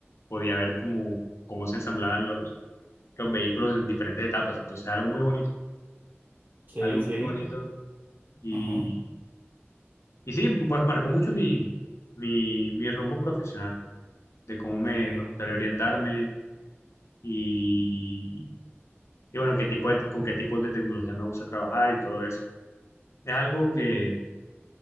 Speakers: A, on the left; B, on the right.
A: podía ver cómo, cómo se ensamblaban los, los vehículos en diferentes etapas. Entonces, algo muy bonito,
B: Sí,
A: algo
B: sí.
A: muy bonito. Y,
B: Ajá.
A: y sí, pues marcó mucho mi, mi, mi rumbo profesional, de cómo me,
B: Ve,
A: me gustaría orientarme y, y bueno, qué tipo de- con qué tipo de tecnología me gusta trabajar y todo eso. Es algo
B: claro.
A: que